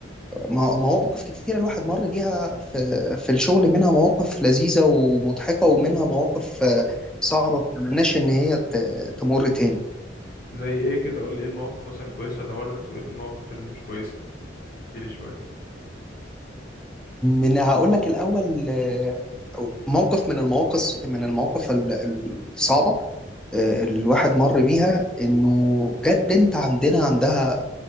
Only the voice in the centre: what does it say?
مو- مواقف كتيرة الواحد مر بيها في في الشغل منها مواقف لذيذة ومضحكة ومنها مواقف آه، صعبة ما بتمناش إن هي ت- تمر تاني
من هقول لك الاول آه، موقف من المواقف من المواقف ال- الصعبه آه، الواحد مر بيها انه جت بنت عندنا عندها